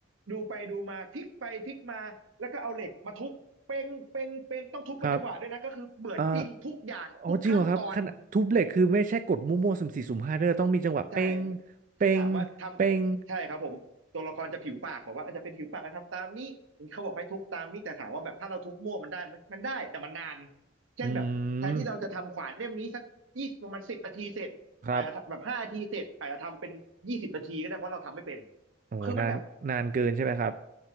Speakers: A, on the right; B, on the right.
A: ดูไปดูมาพลิกไปพลิกมาแล้วก็เอาเหล็กมาทุบเป้งเป้งเป้งต้องทุบเป็นจังหวะด้วยนะก็คือเหมือนจริงทุกอย่างทุกขั้นตอน
B: ครับอ่าอ๋อจริงเหรอครับขนาดทุบเหล็กคือไม่ใช่กดมั่วๆสุ่มสี่สุ่มห้าด้วยต้องมีจังหวะเป้ง
A: ใช่
B: เป้งเป้ง
A: คือถามว่าทำใช่ครับผมตัวละครจะผิวปากบอกว่าอาจจะเป็นผิวปากทำตามนี้เขาบอกให้ทุบตามนี้แต่ถามว่าแบบถ้าเราทุบมั่วมันได้ไหมมันได้แต่มันนานเช่นแบบแทนที่เราจะทำขวานเล่มนี้สักยี่ประมาณสิบนาทีเสร็จอาจจะแบบห้านาทีเสร็จอาจจะทำเป็นยี่สิบนาทีก็ได้เพราะเราทำไม่เป็น
B: อืมครับ โอ้โหนานนานเกินใช่ไหมครับ
A: คือมันแบบ